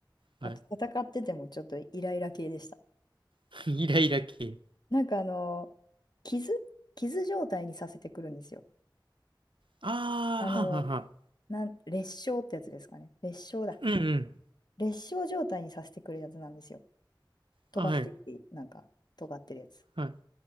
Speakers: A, on the right; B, on the left.
A: はい。
B: あと戦っててもちょっとイライラ系でした。
A: <laughs> イライラ系。
B: なんかあの、傷傷状態にさせてくるんですよ。
A: ああ、
B: あの、
A: はんはんはん。
B: なん、裂傷ってやつですかね。裂傷だ。
A: うんうん。
B: 裂傷状態にさせてくるやつなんですよ。飛ばしてきて、
A: あはい。
B: なんか、尖ってるやつ。
A: はい。